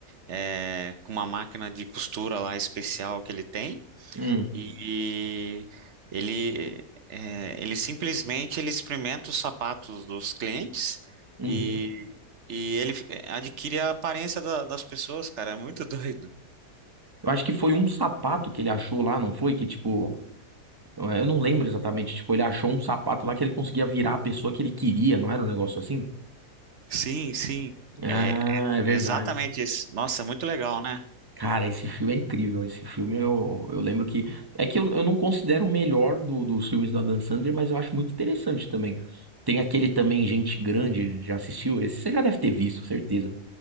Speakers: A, on the right; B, on the right.
A: é, com uma máquina de costura lá especial que ele tem.
B: uhum,
A: E ele, é, ele simplesmente ele experimenta os sapatos dos clientes
B: uhum.
A: e, e ele eh, adquire a aparência da- das pessoas, cara. É muito <laughs> doido.
B: Eu acho que foi um sapato que ele achou lá, não foi? Que tipo, eu não lembro exatamente, tipo, ele achou um sapato lá que ele conseguia virar a pessoa que ele queria, não era um negócio assim?
A: Sim, sim.
B: Ah,
A: É
B: é verdade.
A: exatamente isso. Nossa, muito legal, né?
B: Cara, esse filme é incrível. Esse filme eu, eu lembro que. É que eu, eu não considero o melhor do, dos filmes da Dan Sandler, mas eu acho muito interessante também. Tem aquele também, Gente Grande, já assistiu esse? Você já deve ter visto, certeza.